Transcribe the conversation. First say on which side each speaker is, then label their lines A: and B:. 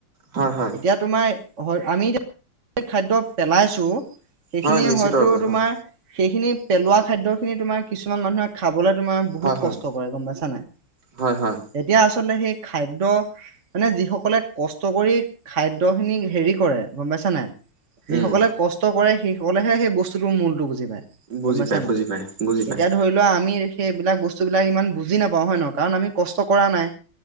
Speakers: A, on the right; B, on the right.
A: হয় হয়।
B: এতিয়া তোমাৰ হয়, আমি এতিয়া খাদ্য পেলাইছোঁ। সেইখিনিয়ে
A: হয় নিশ্চিত
B: হয়তো
A: ৰূপে
B: তোমাৰ
A: হয়
B: সেইখিনি পেলোৱা খাদ্য খিনি তোমাৰ কিছুমান মানুহে। খাব'লে তোমাৰ বহুত
A: হয় হয়
B: কষ্ট কৰে গম পাইছানাই
A: হয় হয়
B: এতিয়া আচলতে সেই খাদ্য। মানে যি সকলে কষ্ট কৰি খাদ্য খিনি হেৰি কৰে, গম পাইছ নাই। যিসকলে
A: উম
B: কষ্ট কৰে সেইসকলেহে সেই বস্তুটোৰ মূলতটো বুজি পায়।
A: বুজি
B: গম, পাইছা
A: পাই
B: নাই
A: বুজি পাই বুজি পাই
B: এতিয়া ধৰি লোৱা আমি সেইবিলাক বস্তু বিলাক ইমান বুজি নাপাও হয় ন। কাৰণ আমি কষ্ট কৰা নাই